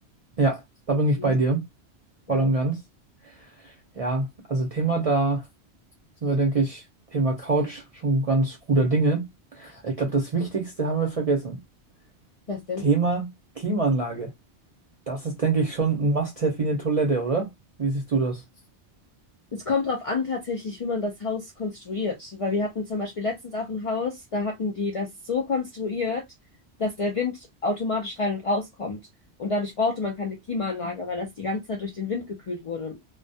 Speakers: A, on the right (about 40°); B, on the left (about 65°).
A: Ja, da bin ich
B: Mhm.
A: bei dir,
B: Ja,
A: voll und ganz. Ja, also Thema, da sind wir, denke ich, Thema Couch schon ganz guter Dinge. Ich glaube, das Wichtigste haben wir vergessen.
B: was denn?
A: Thema Klimaanlage. Das ist, denke ich, schon ein Must-have wie eine Toilette, oder? Wie siehst du das?
B: Es kommt darauf an, tatsächlich, wie man das Haus konstruiert. Weil wir hatten zum Beispiel letztens auch ein Haus, da hatten die das so konstruiert, dass der Wind automatisch rein und rauskommt. Und dadurch brauchte man keine Klimaanlage, weil das die ganze Zeit durch den Wind gekühlt wurde.